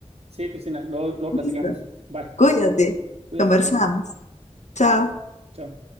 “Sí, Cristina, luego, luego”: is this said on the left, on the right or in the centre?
Right